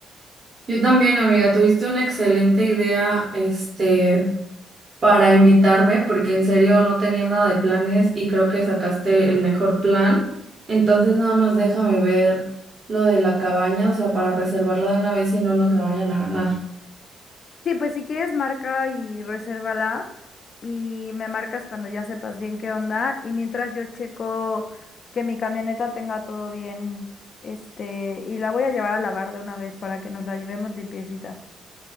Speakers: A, on the right; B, on the left.
A: Yo también, amiga, tuviste una excelente idea, este, para invitarme, porque en serio no tenía nada de planes y creo que sacaste el mejor plan. Entonces, nada más déjame ver lo de la cabaña, o sea, para reservarla de una vez y no nos la vayan a ganar.
B: Sí, pues si quieres marca y resérvala y me marcas cuando ya sepas bien qué onda. Y mientras yo checo que mi camioneta tenga todo bien, este, y la voy a llevar a lavar de una vez para que nos la llevemos limpiecita.